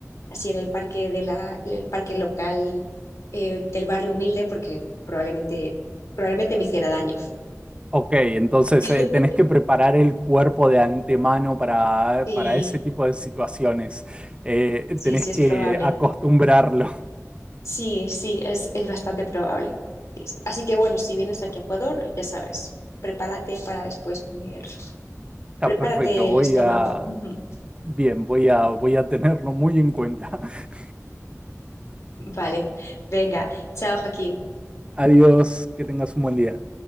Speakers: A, on the left; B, on the right.
A: así en el parque de la, en el parque local eh, del barrio humilde, porque probablemente, probablemente me hiciera daño.
B: Ok, entonces
A: <laughs>
B: eh, tenés que preparar el cuerpo de antemano para,
A: Sí,
B: para ese tipo de situaciones. Eh,
A: sí,
B: tenés
A: sí, es
B: que
A: probable.
B: acostumbrarlo. <laughs>
A: Sí, sí, es, es bastante probable. Sí, sí. Así que bueno, si vienes aquí a Ecuador, ya sabes, prepárate para después comer
B: Está
A: Prepárate
B: perfecto, voy
A: el estómago.
B: a...
A: <laughs>
B: Bien, voy a, voy a tenerlo muy en cuenta. <laughs>
A: Vale, venga, chao Joaquín.
B: Adiós, que tengas un buen día.